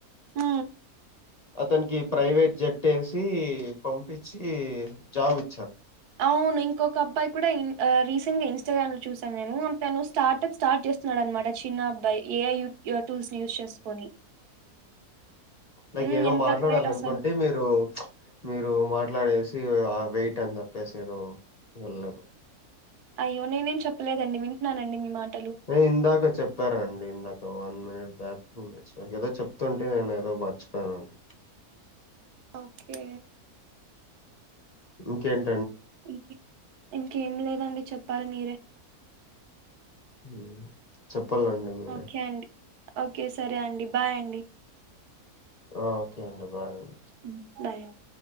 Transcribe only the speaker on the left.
అతనికి ప్రైవేట్ జట్ వేసి పంపించి జాబ్ ఇ
లైక్
ఏదో
మాట్లాడాల
అనుకుంటే
మీరు మీరు మాట్లాడేసి వెయిట్ అంత పేసి ఏదో వెళ్ళ
ఏ ఇందాక చెప్పారండి ఇందాక one minute back two minutes ఏదో చెప్తుంటే నేను ఏదో మర్చిపోయానండి
ఇంకెన్
మ్మ్ చెప్పల్లండి మీరే
ఆ ఓకే అండి బాయ్ అండి